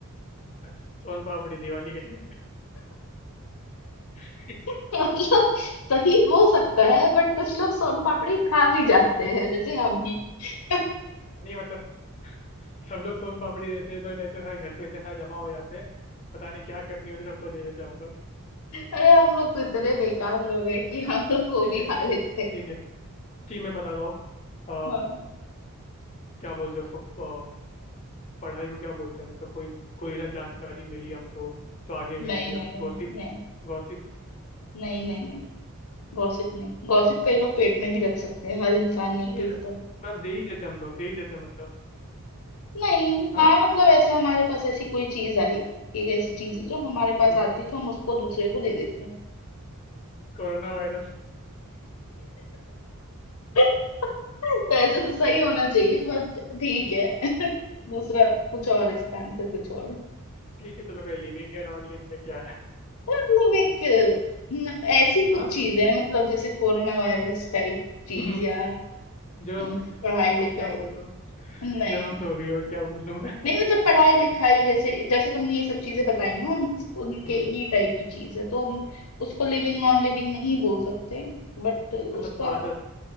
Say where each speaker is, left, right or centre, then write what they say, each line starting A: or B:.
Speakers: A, on the left; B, on the left.
A: अच्छा सोन पापड़ी दिवाली के टाइम पे
B: <laughs> मतलब सही हो सकता है बट कुछ लोग सोन पापड़ी खा भी जाते हैं जैसे हम ही <laughs>
A: <laughs> नहीं मतलब सब लोग सोन पापड़ी देते हैं तो लेते सारे घर पे इतने सारे जमा हो जाते हैं पता नहीं क्या करनी होती है, सबको दे देते हैं हम लोग
B: अरे हम लोग तो इतने बेकार लोग हैं कि
A: अच्छा
B: हम लोग वो
A: ठीक
B: भी
A: है
B: खा लेते हैं
A: ठीक है ठीक मैं बताता हूँ
B: हाँ
A: अ, क्या बोलते हैं उसको अ, पढ़ाई को क्या बोलते हैं मतलब कोई कोई ना जानकारी मिली हमको तो आगे भेज
B: नहीं
A: दिया
B: नहीं नहीं
A: गॉसिप
B: नहीं नहीं
A: गॉसिप
B: नहीं नहीं नहीं गॉसिप नहीं गॉसिप कई लोग पेट में भी रख सकते हैं हर इंसान नहीं
A: नहीं
B: भेजता
A: ऐसा- मतलब दे ही देते हैं हम लोग दे ही देते हैं मतलब
B: नहीं
A: हाँ
B: हाँ मतलब ऐसे हमारे पास ऐसी कोई चीज आई एक ऐसी चीज है जो हमारे पास
A: हम्म,
B: आती है तो हम उसको दूसरे को दे देते हैं
A: कोरोना वायरस
B: <laughs> तो ऐसे तो सही होना चाहिए बट ठीक है <laughs> दूसरा कुछ और है, इसका आंसर कुछ और है
A: ठीक है चलो कोई लिविंग है नॉन लिविंग है क्या है
B: मतलब एक न- ऐसी कुछ
A: हाँ
B: चीज है मतलब जैसे कोरोना वायरस टाइप
A: <laughs>
B: चीज या अम,
A: जर्म्स
B: पढ़ाई
A: और
B: लिखाई
A: क्या बोलूं मैं
B: नहीं
A: जर्म्स हो गई और क्या बोलूं मैं
B: नहीं मतलब पढ़ाई लिखाई जैसे जैसे तुमने ये सब चीजें बताई ना उन, उनके
A: हम्म,
B: ही टाइप की चीज है तो हम उसको लिविंग नॉन लिविंग नहीं बोल सकते बट उसका
A: मतलब आदत